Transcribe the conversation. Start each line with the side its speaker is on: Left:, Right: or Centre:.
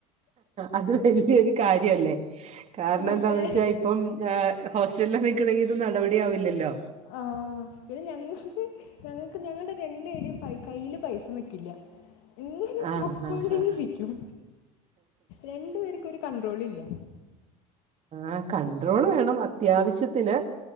Right: അത് വല്യൊരു കാര്യല്ലേ കാരണം എന്താന്ന്
Left: അതെ
Right: വെച്ചാൽ ഇപ്പം ഹോസ്റ്റലിലാ നിക്കുന്നെങ്കി ഇത് നടപടി ആവില്ലല്ലോ
Left: ആഹ് ഇവിടെ ഞങ്ങ ഞങ്ങക്ക് ഞങ്ങളുടെ രണ്ടു പേരുടെയും പൈ കയ്യില് പൈസ നിക്കില്ല ഇങ്ങനെ
Right: ആ
Left: പൊക്കോണ്ടേയിരിക്കും
Right: ഹാ ഹാ
Left: രണ്ടു പേർക്കും ഒരു കണ്ട്രോളില്ല
Right: ആഹ് കൺ്രോള് വേണം അത്യാവിശ്യത്തിന്